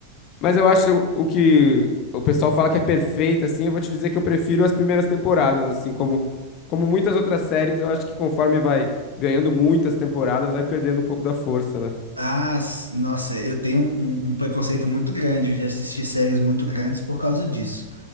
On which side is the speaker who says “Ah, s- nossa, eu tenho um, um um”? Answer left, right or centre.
Left